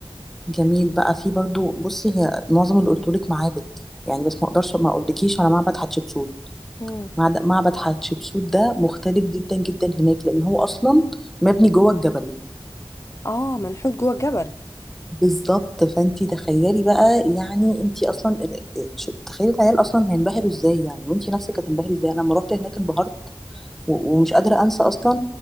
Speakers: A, in the centre; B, on the left.
A: جميل بقى في برضو بصي هي معظم اللي قلتهولك معابد يعني بس ما اقدرش ما اقولكيش على معبد حتشبسوت
B: مم.
A: معد- معبد حتشبسوت ده مختلف جدا جدا هناك لان هو اصلا مبني جوه الجبل
B: اه منحوت جوه الجبل
A: بالظبط فانتي تخيلي بقى يعني انتي اصلا شو- تخيلي العيال اصلا هينبهروا ازاي يعني وانتي نفسك هتنبهري ازاي انا لما رحت هناك انبهرت و- ومش قادره انسى اصلا